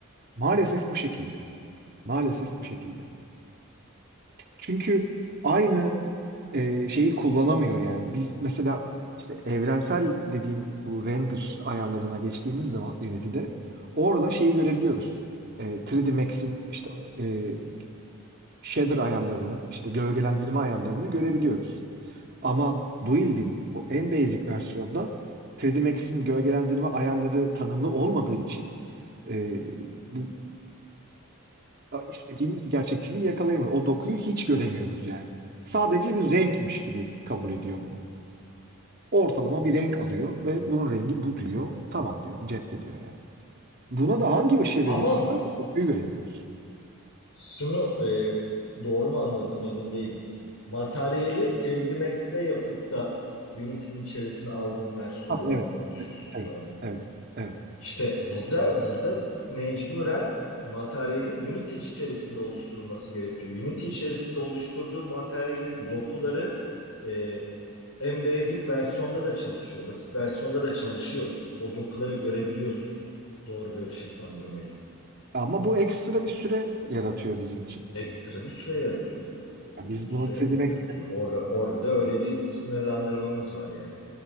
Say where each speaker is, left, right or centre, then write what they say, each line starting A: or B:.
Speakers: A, on the right; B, on the left.
A: Maalesef bu şekilde. Maalesef bu şekilde. Çünkü aynı e, şeyi kullanamıyor yani. Biz mesela işte evrensel dediğim bu render ayarlarına geçtiğimiz zaman Unity'de orada şeyi görebiliyoruz. E, 3D Max'in işte e, shader ayarlarını, işte gölgelendirme ayarlarını görebiliyoruz. Ama Build'in o en basic versiyonda 3D Max'in gölgelendirme ayarları tanımlı olmadığı için e, bu istediğimiz gerçekçiliği yakalayamıyoruz. O dokuyu hiç göremiyoruz yani. Sadece bir renkmiş gibi kabul ediyor bunu. Ortalama bir renk alıyor ve bunun rengi bu diyor. Tamam diyor. Cepte diyor yani. Buna da hangi ışığı
B: Ama
A: verirsen ver o dokuyu göremiyoruz.
B: Şunu e, doğru mu anladım emin değilim. Materyali 3D Max'te yapıp da Unity'nin içerisine aldığım versiyondan
A: Tabii evet,
B: mı konuşuyorsun şu
A: evet,
B: anda?
A: evet, evet.
B: İşte burada burada mecburen materyalin Unity içerisinde oluşturulması gerekiyor. Unity içerisinde oluşturduğu materyalin dokuları e, en basic versiyonda da çalışıyor. Basit versiyonda da çalışıyor. O dokuları görebiliyorsun doğru bir ışıklandırmayla.
A: Ama bu ekstra bir süre yaratıyor bizim için.
B: Ekstra bir süre yaratıyor tabii ki. de, Ekstra
A: Yani biz
B: bir
A: buna
B: süre yar-
A: demek.
B: yaratıyor. Orada orada da öyle bir sınırlandırmamız var yani.